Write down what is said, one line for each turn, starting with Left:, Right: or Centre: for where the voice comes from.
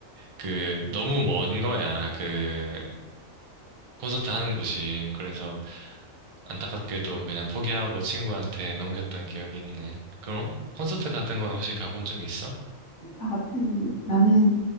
Right: 그 너무 먼 거야. 그 콘서트 하는 곳이. 그래서 안타깝게도 그냥 포기하고 친구한테 넘겼던 기억이 있네. 그럼 콘서트 같은 건 혹시 가본 적 있어?
Left: 나 같은 나는